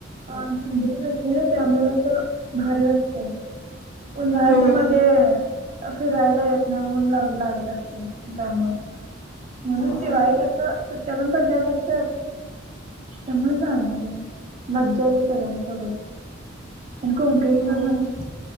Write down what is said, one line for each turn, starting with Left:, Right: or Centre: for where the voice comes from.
Right: हा थंडी असते ना त्यामुळे अस भारी वाटतेय. उन्हाळ्याच्या
Left: हम्म
Right: मध्ये. फिरायला येत नाही ऊन ला लागत असते त्यामुळं. म्हणून
Left: हम्म.
Right: दिवाळीत अस सुट्ट्या पण पडल्यात असतात त्यामुळे जाणार आहे. मज्जा येत्या सगळ्यांसोबत. आणि कुणकेश्वर
Left: हम्म
Right: मध्ये?